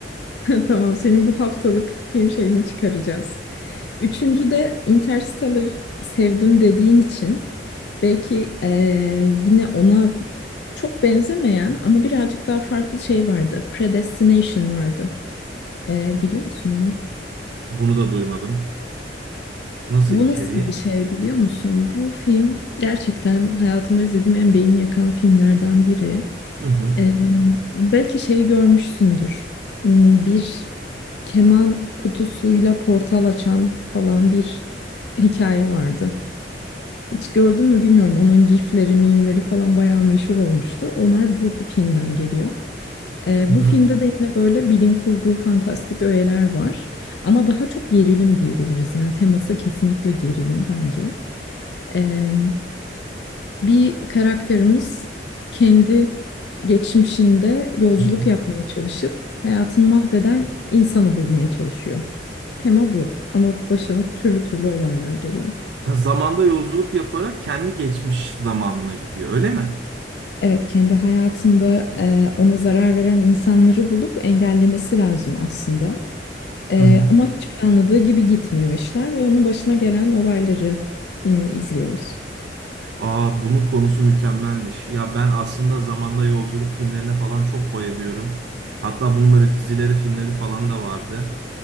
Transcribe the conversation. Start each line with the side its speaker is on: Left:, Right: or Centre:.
Left: Tamam, senin bu haftalık film şeyini çıkaracağız. Üçüncü de Interstellar sevdim dediğin için belki eee, yine ona çok benzemeyen ama birazcık daha farklı şey vardı. Predestination vardı. Eee, biliyor musun onu?
Right: <laughs> Bunu da duymadım. Nasıl
Left: Bu
Right: içeriği?
Left: nasıl bir şey biliyor musun? Bu film gerçekten hayatımda izlediğim en beyin yakan filmlerden biri.
Right: Hı hı.
Left: Eee, belki şeyi görmüşsündür. Hmm, Bir keman kutusuyla portal açan falan bir hikaye vardı. Hiç gördün mü bilmiyorum. Onun gifleri, mimleri falan bayağı meşhur olmuştu. Onlar bu filmden geliyor. Ee,
Right: Hı
Left: bu
Right: hı.
Left: filmde de yine böyle bilim kurgu, fantastik öğeler var. Ama daha çok gerilim diyebiliriz. Yani teması kesinlikle gerilim bence. Ee, bir karakterimiz kendi geçmişinde yolculuk
Right: Hı hı.
Left: yapmaya çalışıp hayatını mahveden insanı bulmaya çalışıyor. Tema bu ama başına türlü türlü olaylar geliyor.
Right: Ha, Zamanda yolculuk yaparak kendi geçmiş zamanına gidiyor, öyle mi?
Left: Evet, kendi hayatında e, ona zarar veren insanları bulup engellemesi lazım aslında. E,
Right: Hı hı.
Left: ama hiç planladığı gibi gitmiyor işler ve onun başına gelen olayları e, izliyoruz.
Right: Aa, bunun konusu mükemmelmiş. Ya ben aslında zamanda yolculuk filmlerine falan çok bayılıyorum. Hatta bunun böyle dizileri, filmleri falan da vardı.